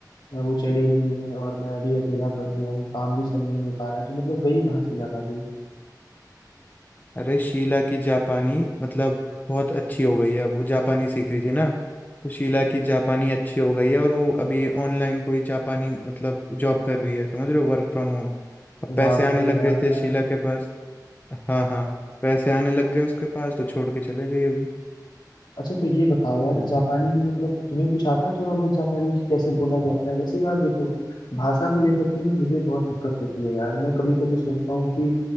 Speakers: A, on the left; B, on the left.
A: अ, वो चली गई है और मैं अभी अकेला पड़ गया हूँ काम भी सब नहीं हो पा रहा है तो मतलब गई कहाँ शीला भाभी
B: अरे शीला की जापानी मतलब बहुत अच्छी हो गई है अब वो जापानी सीख रही थी ना तो शीला की जापानी अच्छी हो गई है और वो अभी ऑनलाइन कोई जापानी मतलब जॉब कर रही है समझ रहे हो वर्क फ्रॉम होम अब पैसे
A: वाह
B: आने
A: भाई
B: लग
A: वाह
B: गए
A: यार
B: थे शीला के पास हाँ हाँ पैसे आने लग गए उसके पास तो छोड़ के चले गई अभी
A: अच्छा तो ये बताओ यार जापानी में मतलब तुम्हें कुछ आता है थोड़ा बहुत जापानी की कैसे बोला जाता है वैसे यार देखो भाषा को लेकर के ना मुझे बहुत दिक्कत होती है यार मैं कभी कभी सोचता हूँ कि